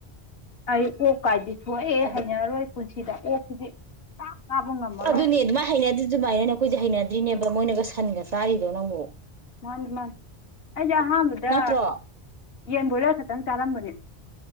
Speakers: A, on the left (about 65°); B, on the right (about 55°).
A: ꯑꯩ ꯑꯣꯛ ꯀꯥꯏꯗꯤ ꯁꯣꯛꯍꯩ
B: ꯑꯗꯨ
A: ꯍꯩꯅꯔꯔꯣꯏ ꯄꯨꯟꯁꯤꯗ ꯑꯣꯛꯁꯤꯗꯤ ꯄꯥꯛ ꯆꯥꯕ ꯉꯝꯃꯔꯣꯏ
B: ꯑꯗꯨꯅꯦ ꯑꯗꯨꯃꯥꯏ ꯍꯥꯏꯟꯗ ꯗꯨ ꯑꯗꯨꯃꯥꯏꯅꯅꯦ ꯍꯩꯅꯗ꯭ꯔꯤꯅꯦꯕ
A: ꯎꯝ
B: ꯃꯣꯏꯅꯒ ꯁꯟꯒ ꯆꯥꯔꯤꯗꯣ ꯅꯪꯕꯣ
A: <unintelligible> ꯑꯩꯗꯤꯑꯍꯥꯥꯟꯕꯗ
B: ꯅꯠꯇ꯭ꯔꯣ
A: ꯌꯦꯟꯕꯣꯏꯂ ꯈꯇꯪ ꯆꯥꯔꯝꯕꯅꯦ